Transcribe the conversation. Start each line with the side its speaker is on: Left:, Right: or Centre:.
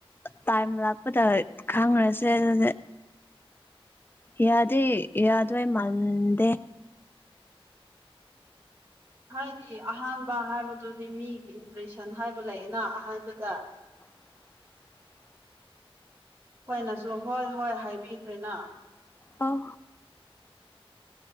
Left: ꯇꯥꯏꯝ ꯂꯥꯛꯄꯗ ꯈꯪꯈ꯭ꯔꯁꯦ ꯑꯗꯨꯗꯤ ꯌꯥꯗꯦ ꯌꯥꯗ ꯃꯟꯗꯦ
Right: ꯍꯥꯏꯗꯤ ꯑꯍꯥꯟꯕ ꯍꯥꯏꯕꯗꯨꯗꯤ ꯃꯤꯒꯤ ꯏꯝꯄ꯭ꯔꯦꯁꯟ ꯍꯥꯏꯕ ꯂꯩꯌꯦꯅ ꯑꯍꯥꯟꯕꯗ
Left: <inaudible>
Right: ꯍꯈꯣꯏꯅꯁꯨ ꯍꯣꯏ ꯍꯣꯏ ꯍꯥꯏꯕꯤꯈꯣꯏꯅ
Left: ꯑꯣ